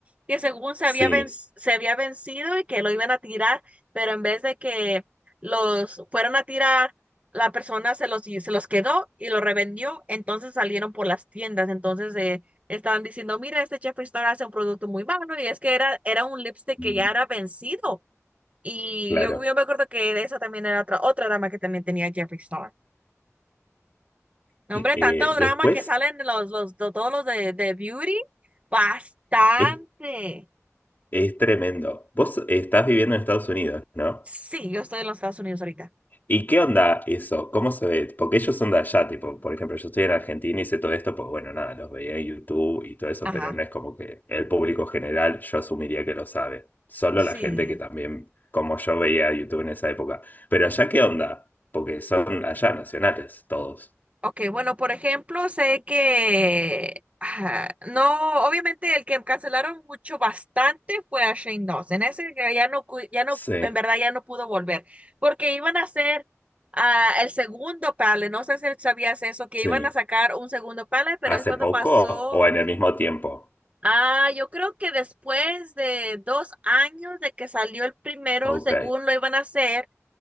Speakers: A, on the right (about 25°); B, on the left (about 35°).
A: que según se
B: Sí,
A: había ven- se había vencido y que lo iban a tirar, pero en vez de que los fueron a tirar, la persona se los, se los quedó y lo revendió, entonces salieron por las tiendas. Entonces, eh, Estaban diciendo, mira, este Jeffree Star hace un producto muy malo y es que era, era un lipstick que
B: Mm.
A: ya era vencido. Y
B: claro.
A: yo, yo me acuerdo que de esa también era otra, otra dama que también tenía Jeffree Star. No, Hombre,
B: Eh,
A: tanto drama
B: después,
A: que salen los, los, to- todos los de, de Beauty, bastante.
B: es, es tremendo. Vos estás viviendo en Estados Unidos, ¿no?
A: Sí, yo estoy en los Estados Unidos ahorita.
B: ¿Y qué onda eso? ¿Cómo se ve? Porque ellos son de allá, tipo, por ejemplo, yo estoy en Argentina y sé todo esto, pues bueno, nada, los veía en YouTube y todo eso,
A: Ajá,
B: pero no es como que el público general yo asumiría que lo sabe. Solo
A: sí.
B: la gente que también, como yo veía YouTube en esa época. Pero allá, ¿qué onda? Porque son allá nacionales todos.
A: Ok, bueno, por ejemplo, sé que ah, no, obviamente el que cancelaron mucho bastante fue a Shane Dawson. Ese que ya no, cu- ya no,
B: Sí,
A: en verdad ya no pudo volver, porque iban a hacer ah, el segundo panel. No sé si sabías eso, que
B: sí.
A: iban a sacar un segundo panel, pero
B: ¿Hace
A: es cuando
B: poco
A: pasó.
B: o en el mismo tiempo?
A: Ah, yo creo que después de dos años de que salió el primero,
B: Ok.
A: según lo iban a hacer